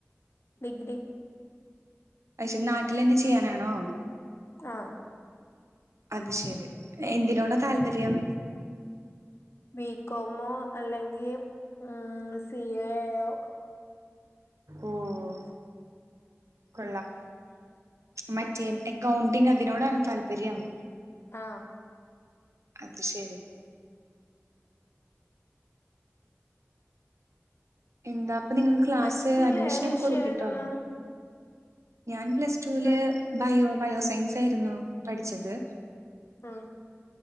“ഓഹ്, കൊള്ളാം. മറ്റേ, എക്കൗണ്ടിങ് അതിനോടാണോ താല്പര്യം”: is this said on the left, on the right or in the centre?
Right